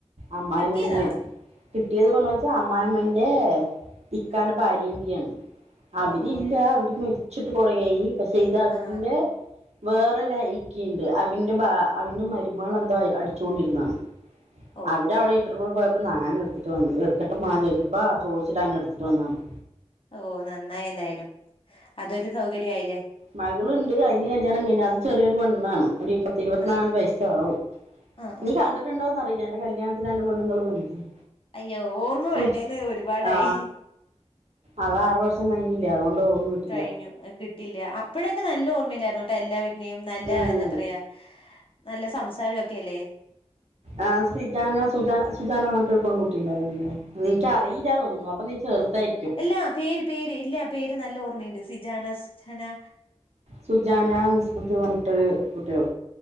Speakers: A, on the right; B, on the left.
A: അമ്മായിമ്മൻ്റിം.
B: കിട്ടിയതാ
A: കിട്ടിയത് പർഞ്ഞ വച്ചാ അമ്മായിമ്മൻ്റെ ഇക്കാന്റെ ഭാര്യൻ്റെയാണ്. അവരില്ല
B: ഓ ഓ
A: അവര് മെര്ച്ചിട്ട് കൊറേയി പക്ഷെ ഇത് അവൻ്റെ
B: ആ
A: വേറൊരാ ഇക്കിണ്ട് അവിന്റ് ഭാ അവിന്റ് മരുമകളെന്തോയി അടിച്ചോണ്ടിരുന്നാണ്.
B: ഓ
A: അവരവിടെ ഇട്ടർന്ന് പോയപ്പൊ ന്നാന് ഇട്ത്തിട്ട് വന്ന് എടുത്തിട്ട് മാ പൊയ്ചപ്പാ ചോദിച്ചട്ടങ്ങനെട് തു അന്നാന്ന്.
B: ഓഹ് നന്നായി എതായ്ലും അതൊരു സൗകര്യായിലേ.
A: മകള്ണ്ട് അയിന് കല്യാണം കയ്ഞ്ഞ് അത് ചെറ്യോരു പെണ്ണാണ് ഒരിപ്പ ഇരുപത്നാല്
B: ആഹ്
A: വയസ്സാവും
B: ആഹ്
A: നീ
B: ആഹ്
A: കണ്ടിട്ടുണ്ടോന്നറിയില എന്റെ കല്യാണത്തിന് രണ്ട് പെണ്ണുങ്ങള് വന്നില്ലേ.
B: അയ്യോ ഓർമ്മ
A: സൂചി
B: വേണ്ടേന്നെ ഒരുപാടായി.
A: ആ അത് ആറ് വർഷം കഴിഞ്ഞില്ല അതുകൊണ്ട് ഓർമ്മ കിട്ടില്ല
B: കഴിഞ്ഞു കിട്ടില്ല അപ്പോഴക്കെ നല്ല ഓർമ്മെണ്ടായിര്ന്നു ട്ടോ എല്ലാവീട്ട്നേയും നല്ല
A: ഉം
B: എന്താ പറയാ. നല്ല സംസാരം ഒക്കെ അല്ലേ.
A: ആഹ് സിജാന സുജന സുജാന പർഞിട്ടൊരു പെങ്കുട്ടി ണ്ടായിരുന്നില്ലേ നിൻക്ക് അറിയില തോന്നുണു അപ്പ നീ ചെർതായിരിക്ക്യും.
B: ല്ല പേര് പേര് ഇല്ല പേര് നല്ല ഓർമ്മയുണ്ട് സിജാന സുജനാ.
A: സുജാന നിസ്മൃതി പർഞ്ഞിട്ടൊരു കുട്ട്യള്